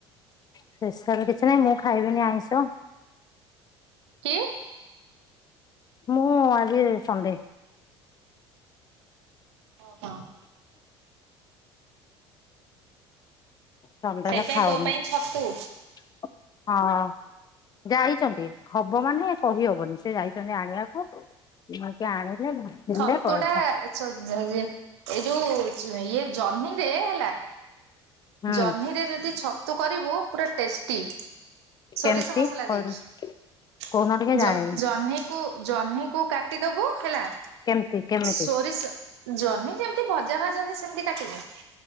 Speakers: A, on the left; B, on the right.
A: ସ୍ପେଶାଲ କିଛି ନାଇଁ ମୁଁ ଖାଇବିନି ଆଇଁଷ।
B: କି?
A: ମୁଁ ଆଜି ସଣ୍ଡେ।
B: <unintelligible>
A: ସଣ୍ଡେରେ
B: ସେଇଥିପାଇଁ
A: ଖାଉନି।
B: ତୋ ପାଇଁ ଛତୁ।
A: ହଁ। ଯାଇଚନ୍ତି। ହବ ମାନେ କହି ହବନି ସେ ଯାଇଛନ୍ତି ଆଣିବାକୁ। <unintelligible>
B: ଛତୁ
A: କହିବ
B: ଟା <unintelligible> ଏ ଯୋଉ ଇଏ ଜହ୍ନି ରେ ହେଲା
A: ହୁଁ
B: ଜହ୍ନିରେ ଯଦି ଛତୁ କରିବୁ ପୁରା ଟେଷ୍ଟି। ସୋରିଷ
A: କେମିତି
B: ମସଲା
A: କରୁ
B: ଦେଇକି।
A: କହୁନ ଟିକେ ଜାଣିନି
B: ଜ ଜହ୍ନିକୁ ଜହ୍ନିକୁ କାଟିଦବୁ ହେଲା
A: କେମତି କେମିତି?
B: ସୋରିଷ ଜହ୍ନି ଯେମିତି ଭଜା ଭାଜନ୍ତି ସେମିତି କାଟିବୁ।